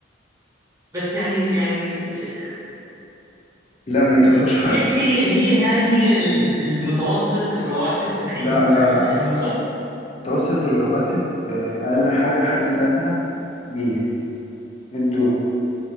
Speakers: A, on the right (about 20°); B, on the left (about 35°).
A: بس يعني يعني آه،
B: لا ما يكفوش حاجة
A: هيك هي هي هاي هي ال- المتوسط الرواتب تبعين
B: لا لا
A: آه،
B: لا
A: أهل مصر
B: لا متوسط الرواتب آه، اقل حاجة الحد الادنى 100 100 دولار